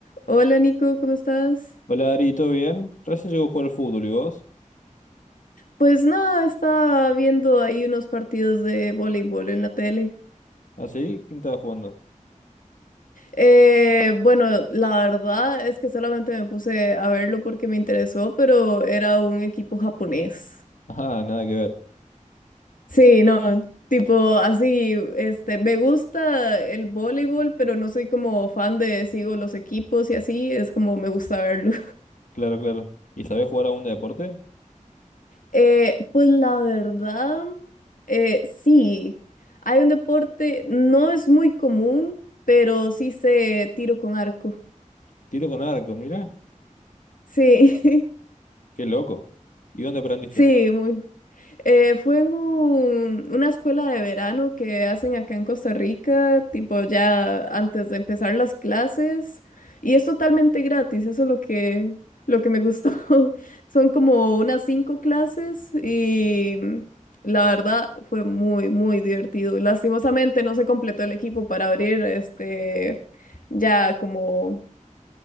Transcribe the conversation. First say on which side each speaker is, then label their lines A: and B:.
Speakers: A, on the left; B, on the left.
A: Hola Nico, ¿cómo estás?
B: Hola Ari, ¿todo bien? Recién llegó a jugar al fútbol, ¿y vos?
A: Pues nada, estaba viendo ahí unos partidos de voleibol en la tele.
B: ¿Ah, sí? ¿Quién estaba jugando?
A: Eh, bueno, la verdad es que solamente me puse a verlo porque me interesó, pero era un equipo japonés.
B: Ajá, nada que ver.
A: Sí, no, tipo así, este, me gusta el voleibol, pero no soy como fan de sigo los equipos y así, es como me gusta verlo.
B: Claro, claro. ¿Y sabés jugar algún deporte?
A: Eh, pues la verdad, eh, sí, hay un deporte, no es muy común, pero sí sé tiro con arco.
B: Tiro con arco, mira.
A: Sí, <laughs>
B: Qué loco. ¿Y dónde aprendiste?
A: sí, muy, Eh, fue en un- una escuela de verano que hacen acá en Costa Rica, tipo ya antes de empezar las clases, y es totalmente gratis, eso es lo que, lo que me gustó. <laughs> Son como unas cinco clases y mm, la verdad fue muy, muy divertido. Lastimosamente no se completó el equipo para abrir este ya como